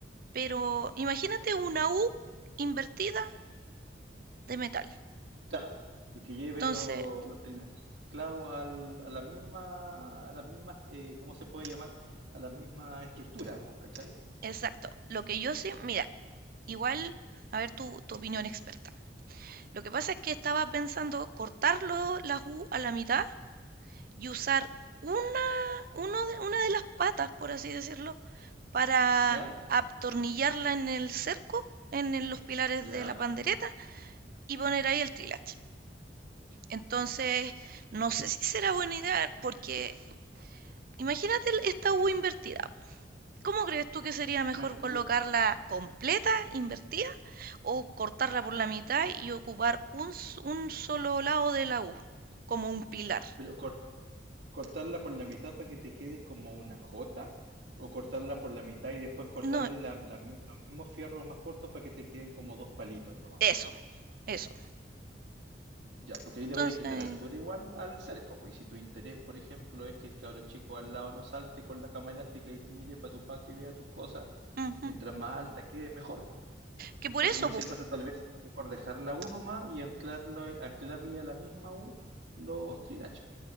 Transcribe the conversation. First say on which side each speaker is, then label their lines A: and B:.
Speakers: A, on the right; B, on the right.
A: Pero imagínate una U invertida de metal.
B: Claro. Y que lleve
A: Entonces,
B: lo- los trineos anclados al- a las mismas, a las mismas, eh, ¿cómo se puede llamar? A las mismas estructuras, pues, ¿cachai?
A: exacto, lo que yo sé, mira, igual, a ver tu, tu opinión experta. Lo que pasa es que estaba pensando cortarlo la U a la mitad y usar una, uno de, una de las patas, por así decirlo, para
B: ¿Ya?
A: atornillarla en el cerco, en el- los pilares
B: ¿Ya?
A: de la pandereta y poner ahí el trilache. Entonces, no sé si será buena idea, porque imagínate el- esta U invertida. po. ¿Cómo crees tú que sería mejor
B: Pero,
A: colocarla
B: tú-
A: completa, invertida, o cortarla por la mitad y ocupar un, s- un solo lado de la U, como un pilar.
B: pero cor- cortarla por la mitad para que te quede como una jota, o cortarla por la mitad y después cortarle
A: No,
B: la- la mi- los mismos fierros más cortos para que te queden como dos palitos nomás.
A: eso, eso.
B: Ya, porque ahí
A: Entonces,
B: le vaya a quitar altura igual al cerco, po, Y si tu interés, por ejemplo, es que el cabro chico al lado no salte con la cama elástica y mire para tu pato y vea tus cosas,
A: ujú.
B: mientras más alta quede, mejor, po.
A: que por
B: Entonces,
A: eso,
B: en ese
A: pues,
B: caso, tal vez sea mejor dejarla uno más y anclarlo, anclarle a la misma U los trilachos,